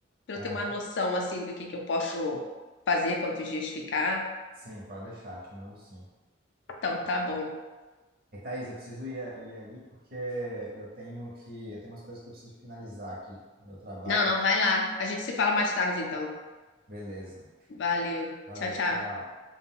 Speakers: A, on the left; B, on the right.
A: para
B: Aham.
A: eu ter uma noção assim do que, que eu posso fazer, quantos dias ficar.
B: Sim, pode deixar, te mando sim.
A: Então, tá bom.
B: E Thaís, eu preciso ir, a- ir ali porque eu tenho que, eu tenho umas coisas que eu preciso finalizar aqui no meu trabalho.
A: Não, não, vai lá. A gente se fala mais tarde, então.
B: Beleza.
A: Valeu.
B: Valeu,
A: Tchau, tchau.
B: tchau.